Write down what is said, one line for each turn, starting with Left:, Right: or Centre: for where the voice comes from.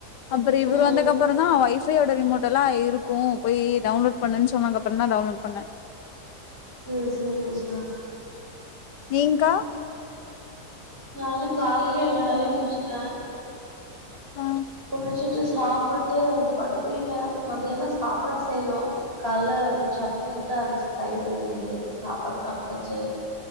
Left: அப்பற இவுரு
Right: ம்
Left: வந்தக்கப்பறந்தா வைஃப் ஃப்பி யோட ரிமோட்டெல்லா இருக்கும் போய் டவுன்லோட் பண்ணுன் சொன்னதற்கப்புறம் தான் டவுன்லோட் பண்ணே
Right: சேரி சேரி ஷா
Left: நீங்க்கா
Right: நானும் காலையிலயே எல்லா வேலையும் முடிச்சுட்டேன்
Left: ஆ
Right: குளிச்சுட்ட சாப்பிட்டு படுத்துக்கிட்டேன் மத்தியானம் சாப்பாடு செய்யணு காலேல சட்னி மட்டும் அரச்சு தயிர் இருந்தது சாப்பாடு சாப்ட்டாச்சு